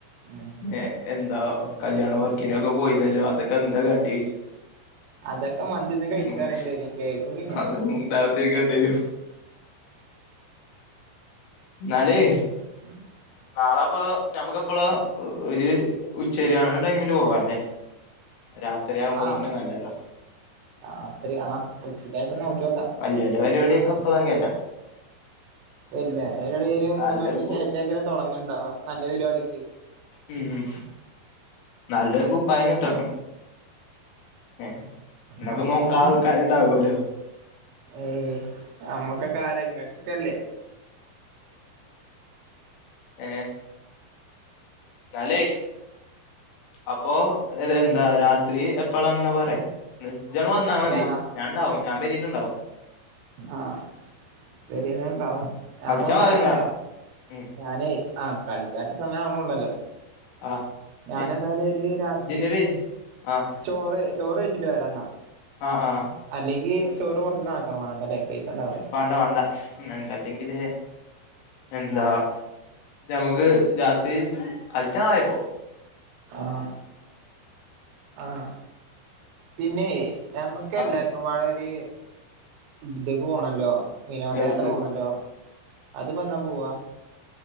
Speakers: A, on the right; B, on the left.
A: ഉം
B: ഏഹ് എന്താ
A: എന്താ
B: കല്യാണ വർക്കിനൊക്കെ പോയിന്നല്ലോ അതൊക്കെ എന്താ കാട്ടിയേച്ചും
A: അതൊക്കെ മന്തിന്ന്
B: <unintelligible>
A: കഴിച്ചു പറയേണ്ടി വരും കേക്കും പിന്നെ
B: അതെന്താ <unintelligible> ക്കേണ്ടി വരും എന്നാലേ
A: <inaudible>
B: നാളെപ്പം ഞമ്മക്ക് എപ്പളാ ഒരു ഉച്ചരിയാണ ടൈമില് പോവാ രാത്രിയാകുമ്പോ
A: ആഹ്
B: ഒന്നൂടി നല്ലതാ
A: രാത്രി ആഹ് ഉച്ചക്ക് ശേഷം നോക്കിയോക്കാം
B: വല്യ വല്യ പരിപാടിയൊക്കെ
A: ആഹ്
B: അപ്പളാ കേരാ
A: പിന്നെ ഇവിടെ ഒരു
B: നല്ലൊരു
A: മൂന്ന് മണിക്ക് ശേഷങ്കിലും തുടങ്ങണണ്ടാവാ നല്ല പരിപാടിയൊക്കെ
B: ഉം നല്ല ഒരു കുപ്പായം കിട്ടണം ഏഹ് എന്നൊക്കെ
A: പറയാൻ
B: നോക്കാൻ
A: വേണം
B: ആൾക്കാരുണ്ടാവല്ലോ
A: ഏയ് അമ്മക്കൊക്കാരാ നിങ്ങക്കൊക്കെല്ലേ
B: ഏഹ് ഇന്നാല്ലേ അപ്പൊ എന്താ രാത്രി എപ്പളാന്നാ പറയ് ജ്ജ്ങ്ങട്ട് വന്നാൽ മതി
A: ഞാ
B: ഞാൻ ണ്ടാവും പെരിലുണ്ടാവും
A: ആഹ് പെരിൽ ഇണ്ടാവും ഞാനോ
B: കളിച്ചാ വാ
A: ഞാൻ
B: എന്നാ
A: വരാ
B: ഉം
A: ഞാനേ ആഹ് കളിച്ചാള്ള സമയം ആവണോള്ളല്ലോ
B: ആ ഇജ്ജ്
A: ഞാൻ എന്തായാലും ഒരു രാത്രി
B: ഇജ്ജിന്റെ പേര് ആ
A: ചോറ് ചോറ് കയിച്ചിട്ട് വരാ എന്നാ
B: ആഹ് ആഹ്
A: അല്ലെങ്കി ചോറ് പുറത്തുന്ന് ആക്കണോ വേണ്ടല്ലേ പൈസ ഉണ്ടാവില്ല
B: വാണ്ട വാണ്ട ഇൻ്റെടുത്ത് അല്ലെങ്കിലേ എന്താ ഞമ്മക്ക് രാത്രി കളിച്ചാ ആയപ്പോ
A: ആഹ് ആഹ് പിന്നെ ഞമ്മക്ക്
B: ആ
A: എല്ലാർക്കും <unintelligible> ഒരു ഇത്ക് പോണല്ലോ വിനോദയാത്ര
B: എവിടുക്ക്
A: പോണല്ലോ അത്പ്പം എന്നാ പോവാ